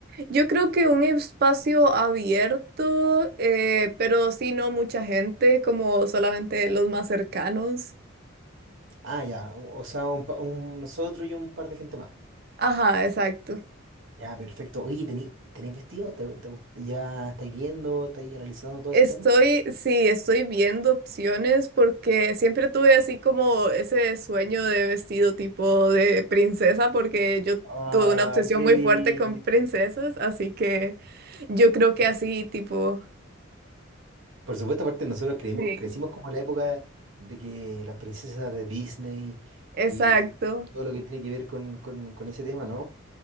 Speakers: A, on the right; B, on the right.
A: yo creo que un espacio abierto, eh, pero sí no mucha gente, como solamente los más cercanos.
B: Ah, ya, o o sea, un pa- un- nosotros y un par de gente más.
A: Ajá, exacto.
B: Ya, perfecto. Oye, ¿tenéis tenéis vestido? ¿Te, te gust- ya estáis viendo, estáis analizando todo
A: Estoy,
B: ese tema?
A: sí, estoy viendo opciones porque siempre tuve así como ese sueño de vestido tipo de princesa, porque yo
B: Ah,
A: tuve una obsesión
B: qué
A: muy
B: lindo.
A: fuerte con princesas, así que yo creo que
B: Es
A: así
B: que,
A: tipo,
B: Por supuesto, aparte nosotros creímos-
A: sí,
B: crecimos como en la época de que las princesas de Disney
A: exacto,
B: y, y todo lo que tiene que ver con, con- con ese tema, ¿no?